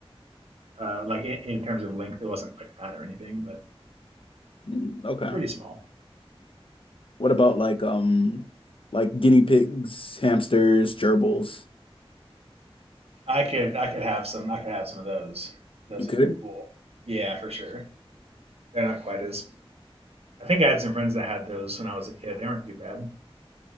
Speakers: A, on the right; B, on the left.
A: Uh, like in, in terms of length, it wasn't like fat or anything, but
B: Mm, Okay.
A: pretty small.
B: What about like um like guinea pigs, hamsters, gerbils?
A: I could I could have some. I could have some of those. Those
B: You could?
A: would be cool. Yeah, for sure. They're not quite as. I think I had some friends that had those when I was a kid. They weren't too bad.